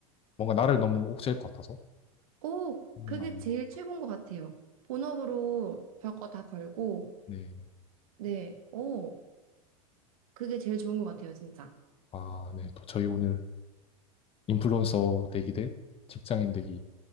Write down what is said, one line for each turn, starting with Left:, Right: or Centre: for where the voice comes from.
Left: 뭔가 나를 너무 옥죄일 것 같아서
Right: 오,
Left: 음,
Right: 그게
Left: 아
Right: 제일 최고인 것 같아요. 본업으로 벌 거 다 벌고,
Left: 네.
Right: 네, 오, 그게 제일 좋은 것 같아요, 진짜.
Left: 아, 네. 또 저희 오늘 인플루언서 되기 대 직장인 되기